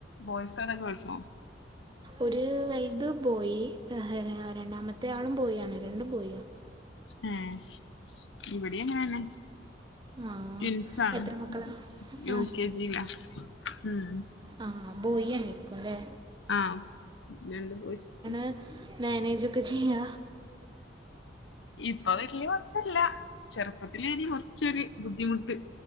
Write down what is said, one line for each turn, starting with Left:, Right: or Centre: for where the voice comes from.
Left: ബോയ്സോ അതോ ഗേൾസോ?
Right: ഒര് വൽത് ബോയി യേഹ് രണ്ടാമത്തെയാളും ബോയാണ് രണ്ടും ബോയ്യാ
Left: യാഹ് ഇവിടേം അങ്ങനെന്നെ
Right: ആ
Left: ടിൻസാണ്
Right: എത്ര മക്കളാ
Left: യു
Right: ആ
Left: കെ ജി ലാ ഉം
Right: ആഹ് ബോയിയായിരിക്കൂല്ലേ
Left: ആ ആഹ് രണ്ട്ബോയിസ് ഉം
Right: ഉം മേനേജൊക്കെചെയ്യാ
Left: ഇപ്പൊ വല്യാ അല്ല ചെറുപ്പത്തിലേനീ കൊറ്ച്ചൊരു ബുദ്ധിമുട്ട്